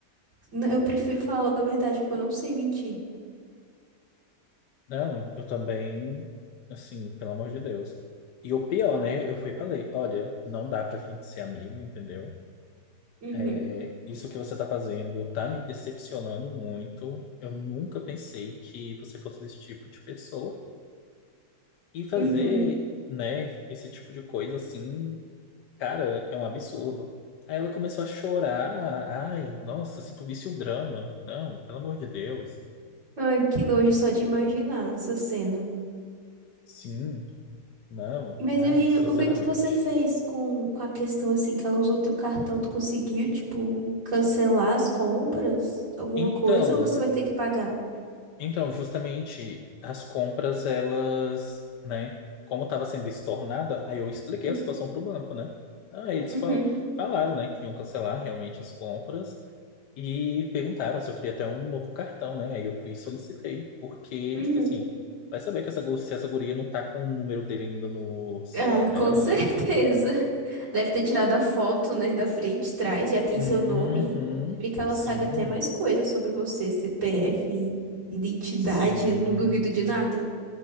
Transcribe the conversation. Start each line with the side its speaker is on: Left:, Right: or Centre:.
Right: N- Eu prefiro falar logo a verdade, porque eu não sei mentir.
Left: Não, eu também, assim, pelo amor de Deus. E o pior, né? Eu fui e falei, olha, não dá pra gente ser amigo, entendeu?
Right: Uhum.
Left: É, Isso que você tá fazendo tá me decepcionando muito. Eu nunca pensei que você fosse esse tipo de pessoa. E fazer,
Right: Uhum.
Left: né, esse tipo de coisa assim Cara, é um absurdo. Aí ela começou a chorar. Ai, nossa, se tu visse o drama. Não, pelo amor de Deus.
Right: Ai, que nojo só de imaginar essa cena.
Left: Sim, não.
Right: Mas
Left: Ai,
Right: e
Left: sinceramente.
Right: o que que você fez com, com a questão assim que ela usou teu cartão? Tu conseguiu, tipo, cancelar as compras, alguma
Left: Então,
Right: coisa, ou você vai ter que pagar?
Left: então, justamente as compras, elas, né? Como estava sendo estornada, aí eu expliquei
Right: Uhum,
Left: a situação para o banco, né? Aí eles
Right: uhum.
Left: fal- falaram, né, que iam cancelar realmente as compras. E perguntaram se eu queria até um novo cartão, né? Aí eu fui e solicitei, porque,
Right: <laughs> uhum.
Left: tipo assim, vai saber que essa, gu- se essa guria não tá com o número dele ainda no celular
Right: Ah,
Left: dela,
Right: com certeza.
Left: né?
Right: Deve ter tirado a foto, né, da frente, trás, já tem
Left: Uhum,
Right: seu nome. Se brincar, ela
Left: sim,
Right: sabe até mais coisas sobre você, CPF, identidade,
Left: sim.
Right: eu não duvido de nada.